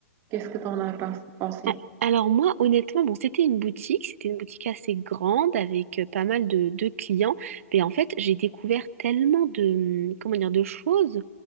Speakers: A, on the right; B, on the right.
A: Qu'est-ce que t'en as pens- pensé?
B: A- Alors moi, honnêtement, bon, c'était une boutique, c'était une boutique assez grande avec euh, pas mal de, de clients, mais en fait, j'ai découvert tellement de, hum, comment dire, de choses